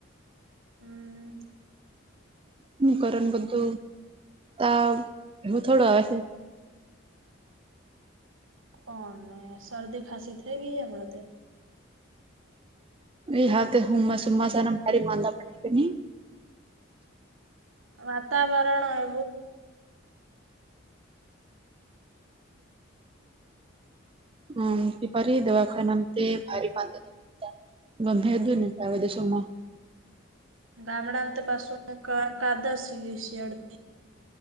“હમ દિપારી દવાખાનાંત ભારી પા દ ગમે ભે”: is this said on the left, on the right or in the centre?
Right